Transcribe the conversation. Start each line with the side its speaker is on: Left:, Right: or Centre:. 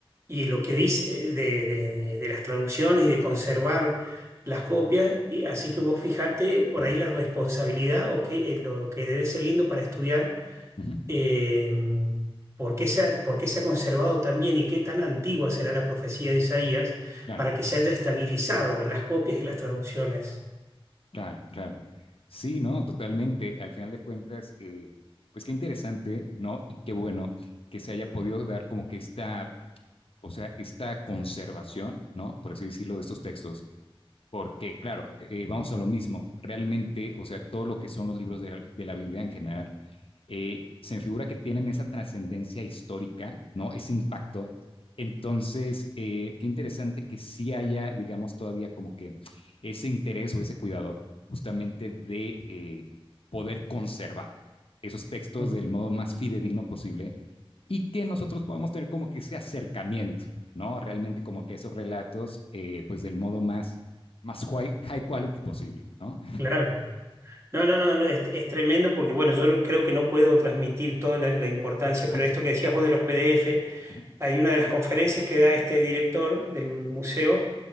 Right: y lo que dice eh, de, de- de- de las traducciones y de conservar las copias. Y así que vos fíjate por
Left: ujú,
Right: ahí la responsabilidad o qué eh, lo que debe ser lindo para estudiar
Left: ujú,
Right: eh, por qué se ha, por qué se ha conservado tan bien y qué tan antigua será la profecía de Isaías
Left: Claro,
Right: para que se haya estabilizado en las copias y las traducciones.
Left: claro, claro. Sí, no, totalmente. Al final de cuentas, eh, pues qué interesante, ¿no? Y qué bueno que se haya podido dar como que esta o sea, esta conservación, ¿no? Por así decirlo, de estos textos, porque, claro, eh, vamos a lo mismo, realmente, o sea, todo lo que son los libros de, de la Biblia en general eh, se me figura que tienen esa trascendencia histórica, ¿no? Ese impacto. Entonces, eh, qué interesante que sí haya, digamos, todavía como que ese interés o ese cuidado justamente de eh, poder conservar esos textos
Right: Mm.
Left: del modo más fidedigno posible y que nosotros podamos tener como que ese acercamiento, ¿no? Realmente como que esos relatos, eh, pues del modo más, más high, high quality posible, ¿no?
Right: Claro. No, no, no, no, es, es tremendo porque, bueno, yo no- creo que no puedo transmitir toda la, la importancia,
Left: Ajá,
Right: pero esto que decías vos de los PDF,
Left: ajá,
Right: hay una de las conferencias que da este director del museo